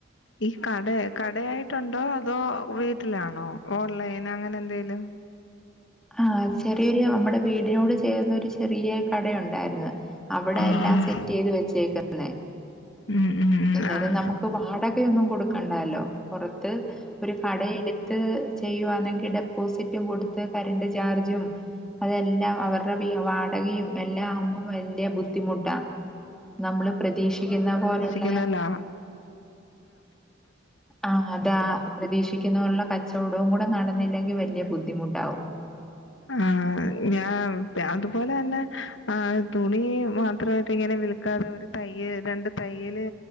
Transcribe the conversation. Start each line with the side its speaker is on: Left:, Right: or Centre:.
Left: ഈ കട കടയായിട്ടുണ്ടോ അതോ വീട്ടിലാണോ ഓൺലൈൻ അങ്ങനെന്തേലും.
Centre: ആ ചെറി <unintelligible> നമ്മടെ വീടിനോട് ചേർന്നൊരു ചെറിയ കടയുണ്ടായിരുന്നു, അവിടാ
Left: ആഹ്
Centre: എല്ലാം സെറ്റ് ചെയ്ത് വെച്ചേക്ക്ണേ.
Left: ഉം ഉം ഉം
Centre: അന്നേരം
Left: ആഹ്
Centre: നമുക്ക് വാടകയൊന്നും കൊടുക്കണ്ടാലോ. പൊറത് ത്ത് ഒരു കടഎടുത് ഇത് ചെയ്യുവാണെങ്കിൽ, ഡെപ്പോസിറ്റും കൊടുത്ത് കറണ്ട് ചാർജും, അതെല്ലാം അവരുടെ വീ വാടകയും എല്ലാം ആകുമ്പോ വലിയ ബുദ്ധിമുട്ടാ. നമ്മള് പ്രതീക്ഷിക്കുന്ന പോലുള്ള
Left: ക്കുന്നില്ലാ
Centre: ആ അതാ പ്രതീക്ഷിക്കുന്നപോലുള്ള കച്ചവടവും കൂടെ നടന്നില്ലെങ്കി വല്ല്യ ബുദ്ധിമുട്ടാവും
Left: ആഹ് ഞാവ് രാത് അതുപോലെ തന്നെ ആഹ് തുണി മാത്രമായിട്ട് ഇങ്ങനെ വിൽക്കാതെ ഒരു തയ്യൽ രണ്ട് തയ്യല്